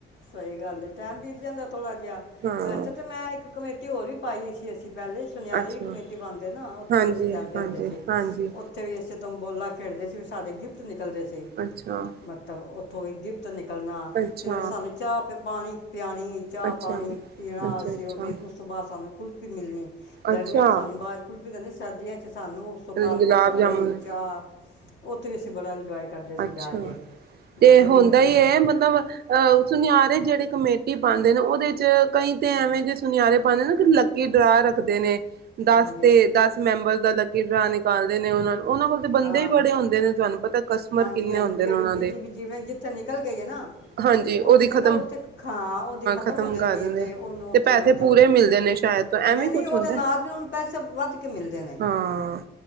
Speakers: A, on the left; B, on the right.
A: ਸਹੀ ਗੱਲ ਹੈ। ਟੈਮ ਬੀਤ ਜਾਂਦਾ ਥੋੜਾ ਜਿਹਾ।
B: ਹਾਂ
A: ਵੈਸੇ ਤਾਂ ਮੈਂ ਇੱਕ ਕਮੇਟੀ ਹੋਰ ਵੀ ਪਾਈ ਸੀ ਅਸੀਂ। ਪਹਿਲੇ ਸੁਨਿਆਰੀ
B: ਅੱਛਾ
A: ਵੀ ਕਮੇਟੀ ਪਾਂਦੇ ਹੈ ਨਾ। ਉੱਥੇ
B: ਹਾਂਜੀ
A: ਵੀ ਅਸੀਂ ਜਾਂਦੇ
B: ਹਾਂਜੀ
A: ਹੁੰਦੇ ਸੀ।
B: ਹਾਂਜੀ
A: ਉੱਥੇ ਵੀ ਅਸੀਂ ਤੰਬੋਲਾ ਖੇਡਦੇ ਸੀ। ਸਾਡੇ ਗਿਫਟ ਨਿਕਲਦੇ ਸੀ।
B: ਅੱਛਾ
A: ਮਤਲਬ ਉੱਥੋਂ ਵੀ ਗਿਫਟ ਨਿਕਲ ਨਿਕਲਣਾ।
B: ਅੱਛਾ
A: ਫਿਰ, ਉਹਨੇ ਸਾਨੂੰ ਚਾਹ ਤੇ ਪਾਣੀ ਪਿਆਣੀ। ਚਾਹ
B: ਅੱਛਾ,
A: ਪਾਣੀ ਪੀਣਾ,
B: ਅੱਛਾ-ਅੱਛਾ,
A: ਸਿ ਉਹ ਵੀ ਉਸ ਤੋਂ ਬਾਅਦ ਸਾਨੂੰ ਕੁਲਫੀ ਮਿਲਣੀ। ਗਰਮੀਆਂ
B: ਅੱਛਾ
A: ਚ ਸਾਨੂੰ, ਬਾਜ਼ ਕੁਲਫੀ ਤੇ ਸਰਦੀਆਂ ਚ ਤੇ ਸਾਨੂੰ, ਉਸ ਤੋਂ ਬਾਅਦ
B: ਗੁਲਾਬ
A: ਪਕੌੜੇ,
B: ਜਾਮੁਨ
A: ਚਾਹ ਉਥੇ ਵੀ ਅਸੀਂ ਬੜਾ ਇੰਜੋਏ ਕਰਦੇ ਸੀ
B: ਅੱਛਾ।
A: ਜਾ ਕੇ
B: ਤੇ
A: ਉੱਥੇ
B: ਹੁੰਦਾ
A: ਵੀ ਮ-
B: ਹੀ ਹੈ, ਮਤਲਬ ਮਤਲਬ ਅਹ, ਸੁਨਿਆਰੇ ਜਿਹੜੇ ਕਮੇਟੀ ਪਾਦੇ ਨੇ। ਉਹਦੇ ਚ ਕਈ ਤਾਂ ਐਵੇਂ ਜਿਹੇ ਸੁਨਿਆਰੇ ਪਾਦੇ ਨਾ ਲੱਕੀ ਡਰਾ ਰੱਖਦੇ ਨੇ। ਦਸ
A: ਹਾਂਜੀ
B: ਤੇ, ਦਸ ਮੈਂਬਰ ਦਾ ਲੱਕੀ ਡਰਾ ਨਿਕਾਲਦੇ ਨੇ। ਉਹਨਾਂ ਨੂੰ ਉਹ ਕੋਲ ਤਾਂ ਬੰਦੇ
A: ਹਾਂ
B: ਹੀ ਬੜੇ ਆਦੇ ਨੇ। ਤੁਹਾਨੂੰ ਪਤਾ ਕਸਟਮਰ
A: ਹਾਂਜੀ।
B: ਕਿੰਨੇ
A: ਹਾਂਜੀ।
B: ਹੁੰਦੇ
A: ਜਿਹੜੀ
B: ਨੇ ਉਹਨਾਂ
A: ਜਿਦੀ
B: ਦੇ
A: ਵੀ, ਜਿਵੇਂ ਜਿੱਥੇ ਨਿਕਲ ਗਈ ਹੈ ਨਾ
B: ਹਾਂਜੀ
A: ਉਹ
B: ਉਹਦੀ
A: ਦੀ ਵੇਕ
B: ਖ਼ਤਮ
A: ਉੱਥੇ ਹਾਂ ਉਹ ਦੀ ਖਤਮ
B: ਖ਼ਤਮ
A: ਹੋ ਜਾਂਦੀ
B: ਕਰ ਦਿੰਦੇ
A: ਹ ਤੇ ਉਹਨੂੰ ਉੱਥੇ
B: ਤੇ ਪੈਸੇ
A: ਮਤਲਬ
B: ਪੂਰੇ
A: ਨਹੀਂ!
B: ਮਿਲਦੇ ਨੇ ਸ਼ਾਇਦ ਤੋਂ ਐਵੇਂ
A: ਨਹੀਂ!
B: ਕੁਛ
A: ਉਹਦੇ
B: ਹੁੰਦਾ
A: ਨਾਲ ਦੇ ਉਹਨੂੰ ਪੈਸੇ ਵੱਧ ਕੇ ਮਿਲਦੇ ਨੇ।
B: ਹਾਂ